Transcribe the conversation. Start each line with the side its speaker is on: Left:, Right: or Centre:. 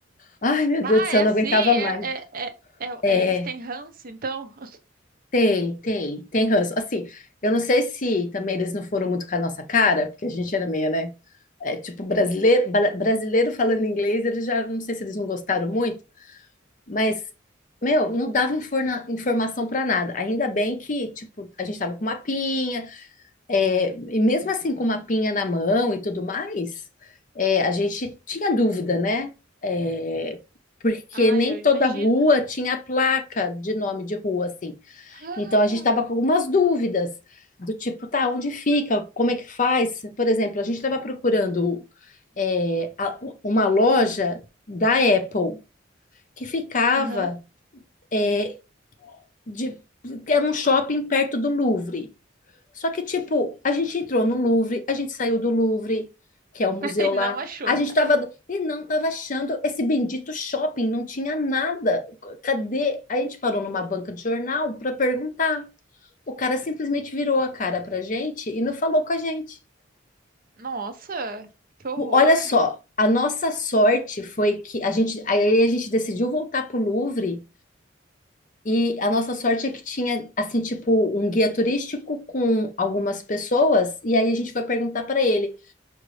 Left: Ai, meu
Right: Ah,
Left: Deus do céu,
Right: é
Left: eu
Right: assim?
Left: não aguentava
Right: É,
Left: mais.
Right: é, é, é-
Left: É,
Right: é- eles têm ranço, então? <laughs>
Left: Tem, tem, tem ranço. Assim, eu não sei se também eles não foram muito com a nossa cara, porque a gente era meio, né? É, tipo, brasileiro, bra- brasileiro falando inglês, eles já, não sei se eles não gostaram muito, mas, meu, não dava informa- informação para nada. Ainda bem que, tipo, a gente tava com mapinha, é, e mesmo assim com mapinha na mão e tudo mais, é, a gente tinha dúvida, né? É, porque
Right: Ah,
Left: nem
Right: eu imagino.
Left: toda rua tinha placa de nome de rua, assim.
Right: Ah,
Left: Então a gente estava com algumas dúvidas do tipo, tá, onde fica? Como é que faz? Por exemplo, a gente estava procurando é, a- uma loja da Apple que ficava
Right: Aham.
Left: é, de, era um shopping perto do Louvre. Só que, tipo, a gente entrou no Louvre, a gente saiu do Louvre, que é o museu
Right: <laughs> E
Left: lá,
Right: não achou.
Left: a gente tava e não tava achando esse bendito shopping, não tinha nada. Cadê? Aí A gente parou numa banca de jornal para perguntar. O cara simplesmente virou a cara pra gente e não falou com a gente.
Right: Nossa, que horror.
Left: Olha só, a nossa sorte foi que a gente, aí a gente decidiu voltar pro Louvre e a nossa sorte é que tinha, assim, tipo, um guia turístico com algumas pessoas, e aí a gente foi perguntar para ele: